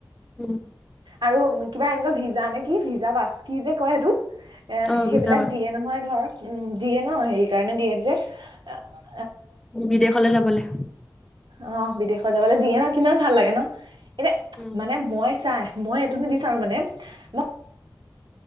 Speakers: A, in the centre; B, on the right.
A: উম
B: আৰু কিবা এনেকুৱা ভিজা নে কি ভিজা পাচ কি যে কয় সেইটো এ
A: অ
B: সেইবিলাক
A: ভিজা
B: দিয়ে নহয় ধৰ উ ন সেইকাৰণে দিয়ে যে এ
A: বিদেশলৈ যাবলৈ
B: অ বিদেশতলে যাবলে দিয়ে ন কিমান ভাল লাগে ন এতিয়া
A: উম
B: মানে মই চাই মই এইটো নিবিচাৰো মানে মই